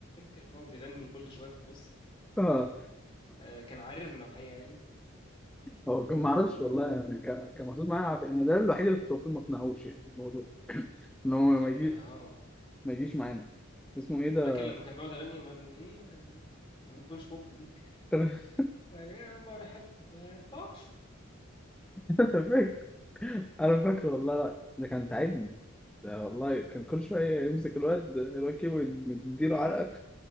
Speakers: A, on the left; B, in the centre.
A: كان بيقعد يغني كل شوية في الباص
B: آه،
A: آه، كان عاررنا الحقيقة يعني
B: هو كان معرفش والله يعني كان كان محطوط معايا عافية انا ده الوحيد اللي كنت المفروض ما اقنعهوش يعني بالموضوع <clears throat> ان هو
A: كان
B: ما يجي
A: اه
B: ما يجيش معانا اسمه ايه ده؟
A: فاكر لما كان بيقعد يغني من ايه آه، أغنية بونش بوب دي
B: <laughs>
A: <laughs> من ايه برحب ما يسمعش
B: فاكر انا فاكره والله لا ده كان تعبني ده والله كان كل شويه يمسك الواد الواد كيمو يديله علقه